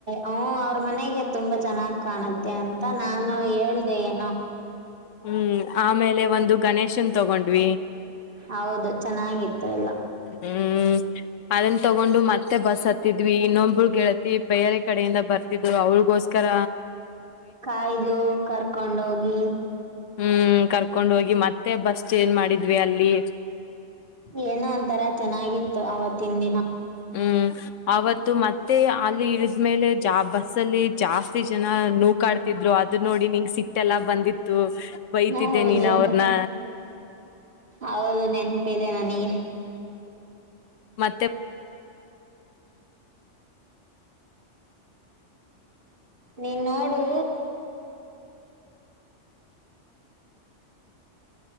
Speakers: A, on the right; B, on the left.
A: ಹ ಅವ್ರ ಮನೆಗೆ ತುಂಬಾ ಚೆನ್ನಾಗ್ ಕಾಣುತ್ತೆ ಅಂತ ನಾನು ಹೇಳ್ದೆ ಏನು
B: ಹೂ ಆಮೇಲೆ ಒಂದು ಗಣೇಶನ್ ತಗೊಂಡ್ವಿ
A: ಹೌದು ಚೆನ್ನಾಗಿತ್ತು ಎಲ್ಲ
B: ಹೂ ಅದನ್ನ ತಗೊಂಡು ಮತ್ತೆ ಬಸ್ ಹತ್ತಿದ್ವಿ ಇನ್ನೊಂದು ಒಬ್್ರ ಗೆಳತಿ ಬೇರೆ ಕಡೆಯಿಂದ ಬರ್ತಿದ್ರು ಅವ್ರಿಗೋಸ್ಕರ
A: ಕಾಯ್ದು ಕರ್ಕೊಂಡೋಗಿ
B: ಹೂ ಕರ್ಕೊಂಡ್ ಹೋಗಿ ಮತ್ತೆ ಬಸ್ ಚೇಜ್ ಮಾಡಿದ್ವಿ ಅಲ್ಲಿ
A: ಏನೋ ಒಂತರ ಚೆನ್ನಾಗಿತ್ತು ಅವವತ್ತಿನ ದಿನ
B: ಹ್ಮ್ ಅವತ್ತು ಮತ್ತೆ ಅಲ್ಲಿ ಇಳಿದ್ಮೇಲೆ ಜಾ ಬಸ್ಸಲ್ಲಿ ಜಾಸ್ತಿ ಜನ ನೂ ಕಾಡ್ತಿದ್ರು ಅದ ನೋಡಿ ನಿಂಗ ಸಿಟ್ಟೆಲ್ಲಾ ಬಂದಿತ್ತು ಬೈತಿದ್ದೆ
A: ಹೌದು
B: ನೀನ್ ಅವ್ರನ್ನ
A: ಅವದು ನೆನಪೇದೆ ನನಗೆ
B: ಮತ್ತೆ
A: ನೀನ್ ನೋಡು